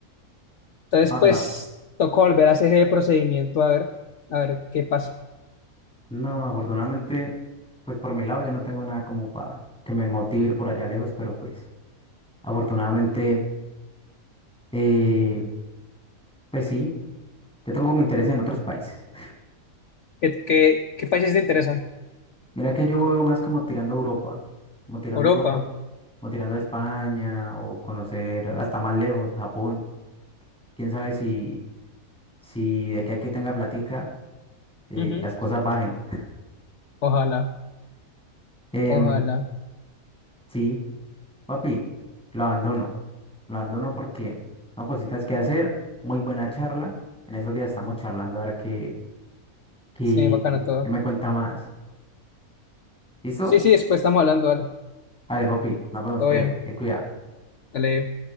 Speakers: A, on the left; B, in the centre.
A: Entonces,
B: No,
A: pues
B: embarra-
A: tocó volver a hacer ese procedimiento a ver, a ver qué pasa.
B: no, afortunadamente, pues por mi lado yo no tengo nada como para que me motive ir por allá lejos, pero pues afortunadamente, eh, pues sí, yo tengo como interés en otros países. <laughs>
A: ¿Qué, qué, qué países te interesan?
B: Mira que yo veo más como tirando a Europa, como tirando
A: Europa.
B: a Europa, como tirando a España o conocer hasta más lejos, Japón. Quién sabe si... si de aquí a que tenga platica, eh,
A: Ujú.
B: las cosas bajen. <laughs>
A: Ojalá,
B: Em,
A: ojalá.
B: sí, papi, lo abandono. Lo abandono porque no cositas que hacer. Muy buena charla. En esos días estamos charlando a ver qué, qué
A: Sí, bacana todo.
B: qué me cuenta más. ¿Listo?
A: Sí, sí, después estamos hablando, dale.
B: Dale, papi, nos vemos
A: Todo
B: pues.
A: bien.
B: Te cuida.
A: Dale.